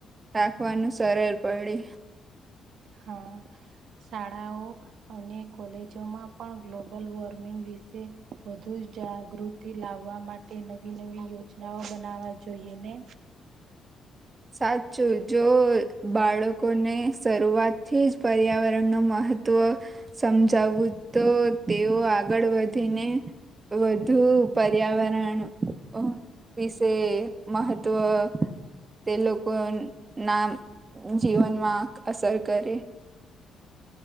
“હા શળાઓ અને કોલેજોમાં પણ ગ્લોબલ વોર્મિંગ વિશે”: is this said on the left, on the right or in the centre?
Right